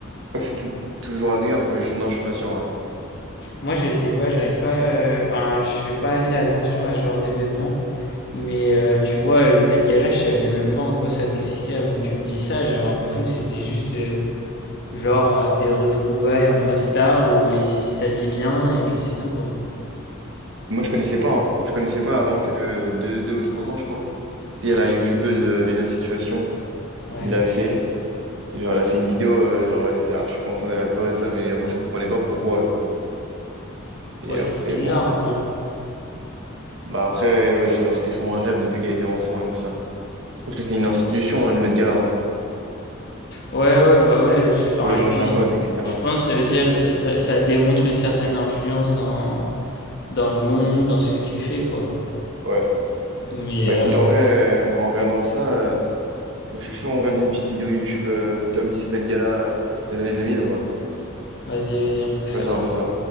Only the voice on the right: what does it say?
crois que c'est tou- toujours à New York, mais je... non, je suis pas sûr, ouais
Moi, je connaissais pas, hein. Je connaissais pas avant que deux, deux ou trois ans, je crois. Si, il y a la youtubeuse euh, Lena Situation
qui l'a fait. Et genre, elle a fait une vidéo, euh, genre, elle était archi contente, elle a pleuré de ça, mais euh, moi, je comprenais pas pourquoi, genre. Et
après,
moi.
Bah, après, ouais, genre, c'était son rêve depuis qu'elle était enfant et tout ça. Je pense que c'est une institution, hein, le Met Gala. hein.
pour les
gens
de la mode, etc.
Ouais.
Bah
écoute, en vrai, euh, en regardant ça, euh, moi je suis chaud, on regarde une petite vidéo YouTube euh, top 10, Met Gala euh, des années 2000 ou quoi.
Vas-y, on
fait ça.